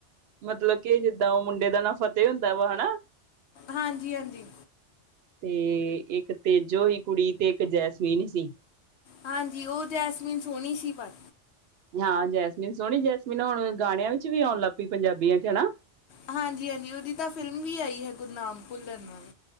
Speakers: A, on the right; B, on the left.
A: ਮਤਲਬ ਕਿ ਜਿੱਦਾਂ ਓਹ ਮੁੰਡੇ ਦਾ ਨਾ ਫਤਿਹ ਹੁੰਦਾ ਵਾ ਹਨਾ।
B: ਹਾਂਜੀ-ਹਾਂਜੀ।
A: ਤੇ ਏਕ ਤੇਜੋ ਹੀ ਕੁੜੀ ਤੇ ਏਕ ਜੈਸਮੀਨ ਸੀ।
B: ਹਾਂਜੀ ਓਹ ਜੈਸਮੀਨ ਸੋਹਣੀ ਸੀ ਪਰ।
A: ਹਾਂ ਜੈਸਮੀਨ ਸੋਹਣੀ, ਜੈਸਮੀਨ ਹੁਣ ਗਾਣਿਆਂ ਵਿੱਚ ਵੀ ਆਉਣ ਲੱਗ ਪਈ ਪੰਜਾਬੀਆਂ ਚ ਹਨਾ।
B: ਹਾਂਜੀ-ਹਾਂਜੀ ਓਦੀ ਤਾਂ ਫਿਲਮ ਵੀ ਆਈ ਹੈ ਗੁਰਨਾਮ ਭੁੱਲਣ ਨਾਲ।